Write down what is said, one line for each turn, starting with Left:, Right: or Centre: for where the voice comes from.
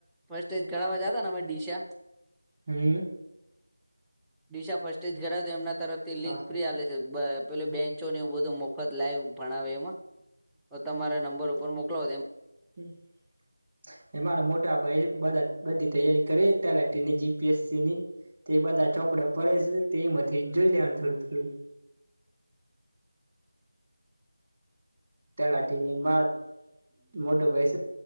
Centre: ફસ્ટ એજ ઘવા જાતા ને અમે દડીશા
Right: હમ્મ
Centre: દિશા ફર્સ્ટ એજ ઘડાવ તો એમના તરફથી લિંક
Right: હા
Centre: ફ્રી હાલે છ. અ બ પેલ બેન્ચો ને એવું બધું મફત લાઈ ભણાવે એમાં તો તમારા નંબર ઉપર મોકલોવ એમ
Right: હમ્મ મારા મોટા ભાઈ બધી તૈયારી કરે તલાની જી પી એસ સી ની. તે બધા ચોપડા પડે છે તે એમાંથી જોઈ લેને થોડું થોડું તલાટીની મા મોટો ભય